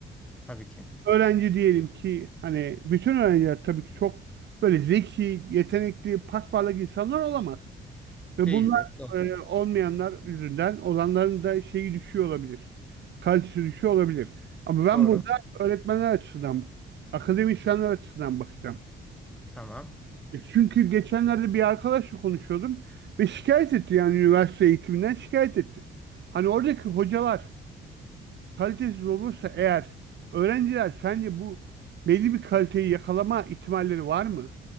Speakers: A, in the centre; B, on the right.
A: Tabii ki.
B: Öğrenci diyelim ki hani bütün öğrenciler tabii ki çok böyle zeki, yetenekli, pasparlak insanlar olamaz. Ve
A: Değildir.
B: bunlar
A: Doğru.
B: e, olmayanlar yüzünden olanların da şeyi düşüyor olabilir. Kalitesi düşüyor olabilir. Ama ben
A: Doğru.
B: burada öğretmenler açısından, akademisyenler açısından bakacağım.
A: Tamam.
B: E Çünkü geçenlerde bir arkadaşla konuşuyordum ve şikayet etti yani üniversite eğitiminden şikayet etti. Hani oradaki hocalar kalitesiz olursa eğer öğrenciler sence bu belli bir kaliteyi yakalama ihtimalleri var mı?